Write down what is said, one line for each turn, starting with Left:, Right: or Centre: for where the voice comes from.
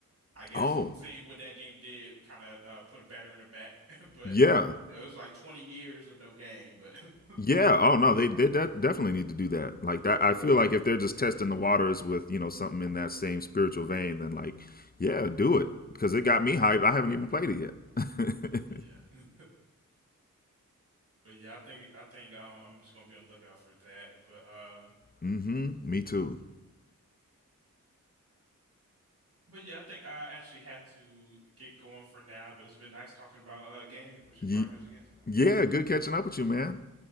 Right: I guess
Left: Oh,
Right: seeing what that game did kind of uh, put a batter in the back. <laughs> But
Left: yeah.
Right: you know, it was like 20 years of no game. But <laughs>
Left: Yeah. Oh no, they they de- definitely need to do that. Like that
Right: mm,
Left: I feel like if they're just testing the waters with, you know, something in that same spiritual vein, then like, yeah, do it because it got me hyped. I haven't even played it yet. <laughs>
Right: yeah, Mm. but yeah, I think I think um, I'm just gonna be on the lookout for that. But um,
Left: mhm. Me too.
Right: But yeah, I think I actually had to get going for now, but it's been nice talking about uh games. We should
Left: Ye-
Right: probably do this again sometime.
Left: yeah, good catching up with you, man.